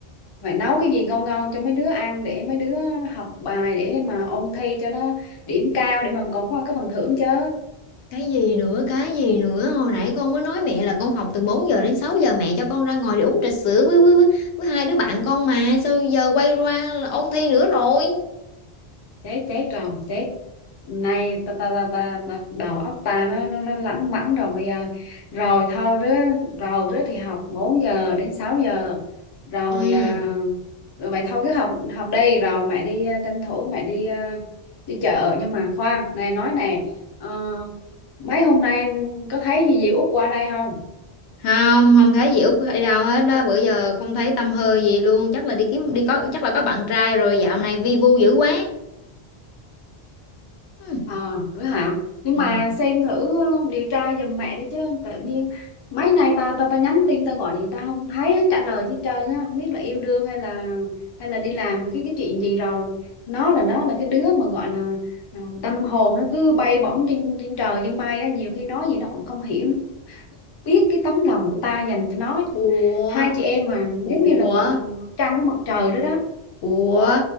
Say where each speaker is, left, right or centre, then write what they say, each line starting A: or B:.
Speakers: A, on the left; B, on the left.
A: mẹ nấu cái gì ngon ngon cho mấy đứa ăn để mấy đứa học bài để mà ôn thi cho nó điểm cao để mà còn có cái phần thưởng chứ
B: cái gì nữa cái gì nữa hồi nãy con mới nói mẹ là con học từ 4 giờ đến 6 giờ mẹ cho con ra ngoài để uống trà sữa với, với, với, với hai đứa bạn con mà sao giờ quay qua là ôn thi nữa rồi
A: chết chết rồi chết nay ta ta ta, ta, ta đầu óc ta nó nó nó lẳng mẳng rồi mày ơi rồi thôi rứa rồi rứa thì học 4 giờ đến 6 giờ rồi
B: ừ
A: à, rồi vậy thôi cứ học học đi rồi mẹ đi à, tranh thủ mẹ đi à, đi chợ nhưng mà khoan này nói nè ờ, mấy hôm nay có thấy gì dì Út qua đây không
B: không không thấy gì út hay đâu hết đó bữa giờ không thấy tâm hơi gì luôn chắc là đi kiếm đi có chắc là có bạn trai rồi dạo này vi vu dữ quá ừ.
A: Ờ, nữa hả? Nhưng
B: Ừ.
A: mà xem thử ờ, điều tra giùm mẹ đi chứ tự nhiên mấy nay ta ta ta nhắn tin ta gọi thì ta không thấy hắn trả lời chứ trời nó không biết là yêu đương hay là hay là đi làm cái cái chuyện gì rồi. Nó là nó là cái đứa mà gọi là ờ, tâm hồn nó cứ bay bổng trên trên trời trên mây á, nhiều khi nói gì nó cũng không hiểu nó biết cái tấm lòng của ta dành cho nó
B: ủa
A: hai chị em mà giống
B: ủa
A: như là một, một mặt trăng với mặt trời đó đó
B: Ủa